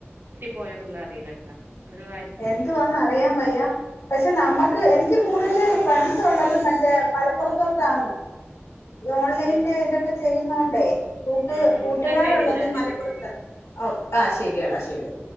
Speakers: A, on the right (about 55°); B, on the left (about 80°).
A: പോയുള്ള അറില്ലട്ടാ
B: എന്തുവാന്ന് അറിയാൻ പയ്യ പക്ഷെ
A: ഉം
B: നമ്മുക്ക് എനിക്ക് കൂടുതൽ ഫ്രണ്ട്സ് ഉള്ളത് മറ്റേ മലപ്പുറത്തോട്ട ആന്ന് ഓൺലൈൻന്റെ
A: ഉം ഉം
B: ഇതൊക്കെ ചെയ്യുന്നുോണ്ടേ കൂട്ട
A: ഉം ഉം
B: കൂട്ടുകാരുള്ളത്
A: എന്നാ ശരി എന്നാ
B: മലപ്പുറത്ത്
A: ഞാൻ പിന്നെ വിളി
B: ഓ ആഹ ശെരിയാടാ ശരിയ